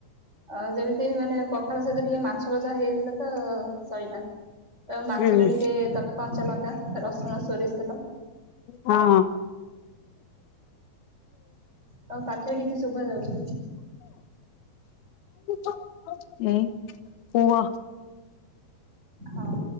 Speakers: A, on the right (about 15°); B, on the left (about 80°).
A: ଆଉ ଯେମିତି ମାନେ ପଖାଳ ସହିତ ଟିକେ ମାଛ ଭଜା ସେଟା ହେଇଗଲେ ତ ଶଇଲା। ଆଉ ମାଛରେ
B: ହୁଁ
A: ଟିକେ ତମେ କଞ୍ଚାଲଙ୍କା ରସୁଣ ସୋରିଷ ତେଲ
B: ହଁ।
A: ତମ ପାଟିରେ କିଛି ଶୁଭା ଯାଉଛି
B: <inaudible> <inaudible> ପୁଅ।
A: ହଉ